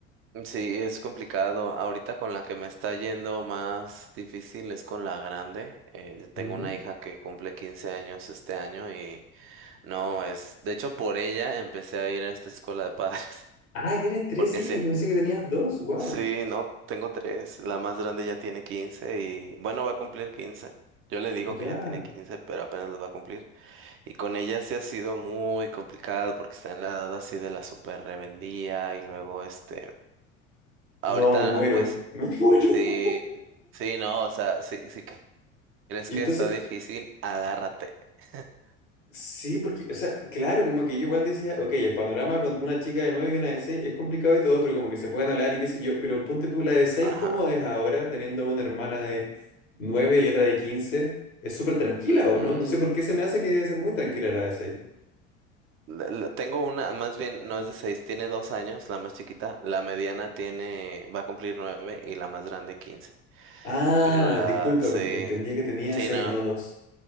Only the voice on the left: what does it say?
Ujú.
Ah, tienes tres
hijas.
Yo pensé que tenías dos. Wow.
Ya.
No, me muero.
<laughs> Me muero.
Y
Entonces,
sí, porque, o sea, claro, como que yo igual decía, ok, el panorama con una chica de nueve y una de seis es complicado y todo, pero como que se pueden hablar y qué sé yo. Pero ponte tú la de seis,
¿cómo es ahora teniendo una hermana de nueve y otra de 15? Es súper tranquila,
¿o no? No sé por qué se me hace que debe ser muy tranquila la de seis.
Ah,
disculpa,
entendía que tenía
seis,
no dos.